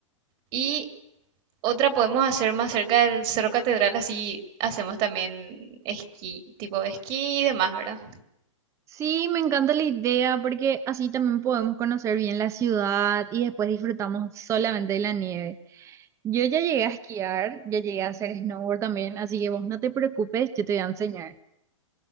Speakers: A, on the right (about 35°); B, on the right (about 20°).
A: y otra podemos hacer más cerca del Cerro Catedral, así hacemos también esquí, tipo esquí y demás, ¿verdad?
B: Sí, me encanta la idea porque así también podemos conocer bien la ciudad y después disfrutamos solamente de la nieve. Yo ya llegué a esquiar, ya llegué a hacer snowboard también, así que vos no te preocupes, yo te voy a enseñar.